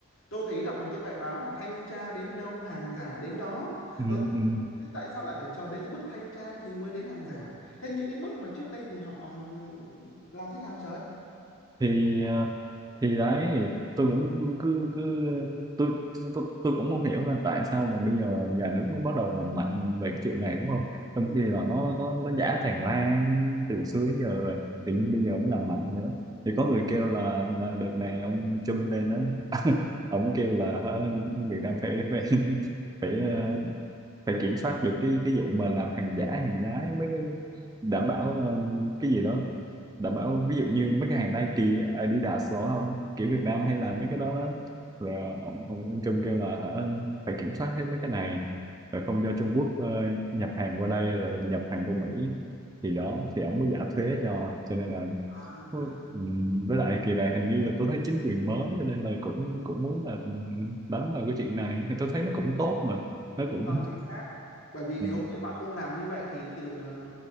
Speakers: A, on the left; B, on the right.
A: Tôi thấy đọc một cái bài báo là thanh tra đến đâu hàng giả đến đó.
B: Ừ.
A: Ờ,
B: Ừ.
A: thế tại sao lại phải chờ đến cái bước thanh tra thì mới đến hàng giả? Thế những cái bước mà trước đây thì họ làm thế nào trời?
B: thì ờ, thì đấy tôi cũng cứ cứ tôi tôi, tôi cũng không hiểu là tại sao mà bây giờ nhà nước mới bắt đầu làm mạnh về cái chuyện này đúng không trong
A: Ừ.
B: khi là nó nó nó giả tràn lan từ xưa đến giờ rồi tự nhiên bây giờ mới làm mạnh vậy đó thì có người kêu là, là đợt này ông Trump lên đó <laughs> ông kêu là hả, Việt Nam phải phải phải ờ, phải kiểm soát được cái cái vụ mà làm hàng giả hàng nhái mới đảm bảo ờ, cái gì đó đảm bảo ví dụ như mấy cái hàng Nike Adidas đó không kiểu Việt Nam hay là mấy cái đó đó rồi ông, ông, ông Trump kêu là hả, phải kiểm soát hết mấy cái này rồi không cho Trung Quốc ờ, nhập hàng qua đây rồi nhập hàng qua Mỹ thì đó thì ông mới giảm thuế cho cho nên là
A: À.
B: ừm, với lại kỳ này hình như là tôi thấy chính quyền mới cho nên là cũng cũng muốn là đánh vào cái chuyện này thì tôi thấy nó cũng tốt mà nó
A: đúng
B: cũng
A: rồi chính xác bởi vì nếu
B: <laughs>
A: như mà không làm như vậy thì thử, ờ,